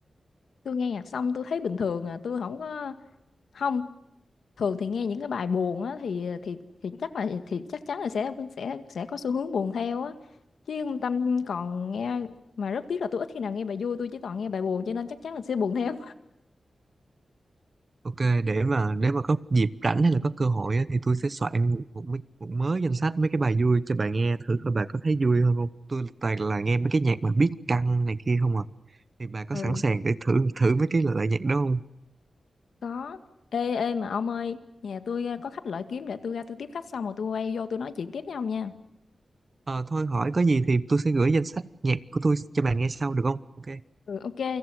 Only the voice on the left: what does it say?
tôi nghe nhạc xong tôi thấy bình thường à tôi không có không thường thì nghe những cái bài buồn á thì thì thì chắc là thì chắc chắn là sẽ sẽ sẽ có xu hướng buồn theo á chứ Tâm còn nghe mà rất tiếc là tôi ít khi nào nghe bài vui tôi chỉ toàn nghe bài buồn cho nên chắc chắn là sẽ buồn theo
ừ
có ê ê mà ông ơi nhà tôi à, có khách lợi kiếm để tôi ra tôi tiếp khách xong rồi tôi quay vô tôi nói chuyện tiếp với ông nha
ừ ok